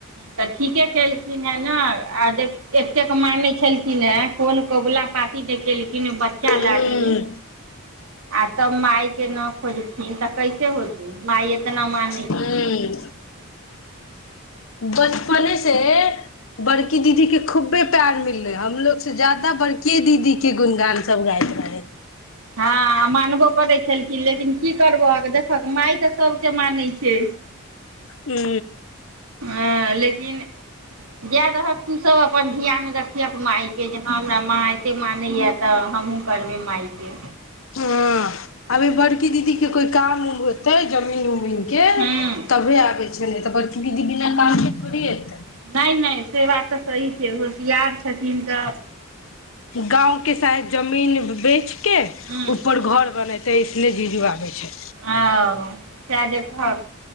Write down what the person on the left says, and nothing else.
हूँ
हुँ बचपने से बड़की दीदी के खूबे प्यार मिलले हमलोग से ज्यादा बड़की दीदी के गुणगान सब गइत रहे
हू
हँ अभी बड़की दीदी के कोई काम उम होतेै जमीन उम घुमे के
तभे आबे छै छैल तऽ बरकी दीदी काम थोड़ी एतै
गाँवके शायद जमीन बेच के
ऊपर घर बन छै त इसने जीजू आबै छै